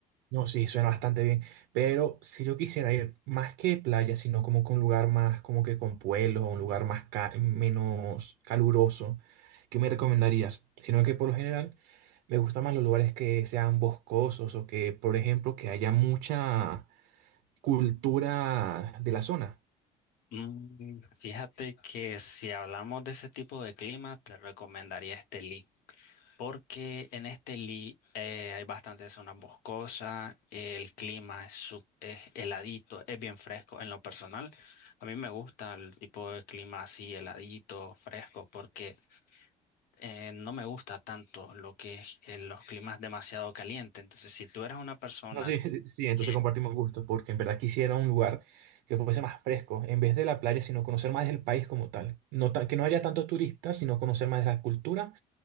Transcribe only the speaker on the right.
No, sí, suena bastante bien. Pero si yo quisiera ir más que playa, sino como que un lugar más, como que con pueblos, o un lugar más ca- menos caluroso, ¿qué me recomendarías? Sino que por lo general me gustan más los lugares que sean boscosos o que, por ejemplo, que haya mucha cultura de la zona.
No, sí, <laughs> sí, entonces
compartimos gustos, porque en verdad quisiera un lugar que fuese más fresco, en vez de la playa, sino conocer más del país como tal. No tan- que no haya tantos turistas, sino conocer más de la cultura